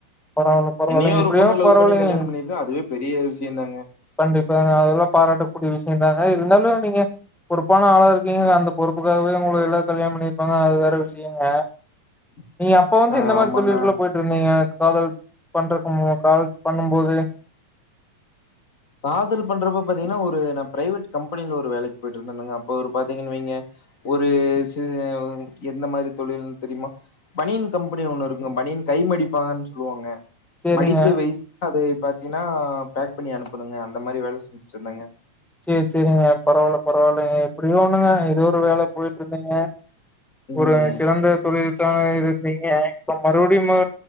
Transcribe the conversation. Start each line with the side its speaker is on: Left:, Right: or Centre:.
Centre: பரவால்ல பரவால்லைங்க
Left: என்னையு ஒரு
Centre: எப்டியோ
Left: பொண்ணு லவ்
Centre: பரவால்லைங்க
Left: பண்ணி கல்யாண பண்ணிருக்கா அதுவே பெரிய விஷய தாங்க
Centre: கண்டிப்பாங்க அதெல்ல பாராட்டக்கூடிய விஷயந்தாங்க இருந்தாலு நீங்க பொறுப்பான ஆளருக்கீங்க அந்த பொறுப்புக்காகவே உங்களயெல்லா கல்யாணம் பண்ணிர்ப்பாங்க அது வேற விஷயங்க
Left: <inaudible>
Centre: நீங்க அப்ப வந்து
Left: ஆ
Centre: எந்த மாரு
Left: ஆமாங்க
Centre: தொழில் குள்ள போயிட்டு இருந்தீங்க காதல் பண்றக்கமோ காதல் பண்ணும்போது
Left: காதல் பண்றப்ப பாத்திங்கன்னா ஒரு நா பிரைவெட் கம்பெனில ஒரு வேலைக் போயிட்டு இருந்தேன்னுங்க அப்ப ஒரு பாத்திங்கன்னு வெங்க ஒரு ச எந்த மாரி தொழில்ன் தெரியுமா பனியன் கம்பெனி ஒன்னுஇருக்குங்க பனியன் கை மடிப்பாங்கன் சொல்லுவாங்க
Centre: சேரிங்க
Left: மடித்து வை அதை பாத்திங்கன்னா பேக் பண்ணி அனுப்பணுங்க அந்த மாரி வேலை செஞ்சுட்ருந்தாங்க
Centre: சேர் செரிங்க பரவால்ல பரவால்லைங்க எப்புடியோ ஒண்ணுங்க எதோ ஒரு வேல பொயிட்ருகிங்க
Left: ம்
Centre: ஒரு சிறந்த தொழில் தான இருக்கிங்க இப்ப மறுபடியுமா